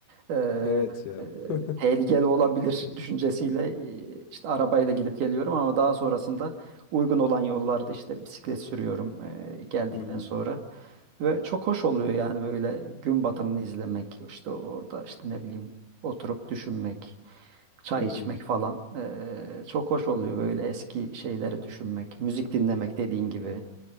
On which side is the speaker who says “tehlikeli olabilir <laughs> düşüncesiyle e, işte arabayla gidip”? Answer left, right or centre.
Right